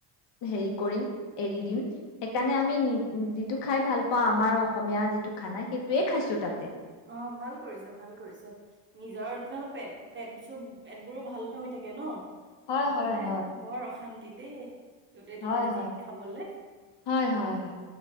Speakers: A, on the left; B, on the right.
A: হেৰি কৰিম এৰি দিম সেইকাৰণে আমি যিটো খাই ভাল পাওঁ আমাৰ অসমীয়া যিটো খানা সেইটোয়ে খাইছো তাতে
B: অ ভাল কৰিছে ভাল কৰিছে নিজৰ তেনেহলে পেট পেট চ পেটবোৰো ভাল হৈ থাকে ন
A: হয়
B: নহলে
A: হয় হয়
B: বৰ অশান্তি দিদদি যতে
A: হয়
B: ত'তেই
A: হয়
B: যিটি খাবলে
A: হয় হয় হয়